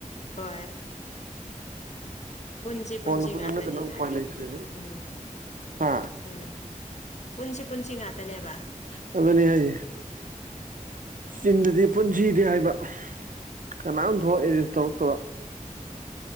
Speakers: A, on the left (about 55°); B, on the right (about 75°).
A: ꯍꯣꯏ ꯄꯨꯟꯖꯤ ꯄꯨꯟꯖꯤ
B: ꯐꯣꯟꯗ ꯄꯨꯟꯕ
A: ꯉꯥꯛꯇꯅꯤꯗ
B: ꯅꯠꯇꯅ ꯎꯄꯥꯏ
A: ꯑꯗꯨꯒꯤꯗꯤ
B: ꯂꯩꯇ꯭ꯔꯦꯕ
A: ꯎꯝ꯫
B: ꯍꯥ
A: ꯎꯝ ꯄꯨꯟꯁꯤ ꯄꯨꯟꯁꯤ ꯉꯥꯛꯇꯅꯦꯕ꯫
B: ꯊꯕꯅꯦ ꯍꯥꯏꯌꯦ ꯆꯤꯟꯗꯗꯤ ꯄꯨꯟꯁꯤꯗꯤ ꯍꯥꯏꯕ ꯀꯅꯥꯝ ꯊꯣꯛꯑ ꯑꯦꯔꯦꯟꯖ ꯇꯧꯔꯛꯇꯕ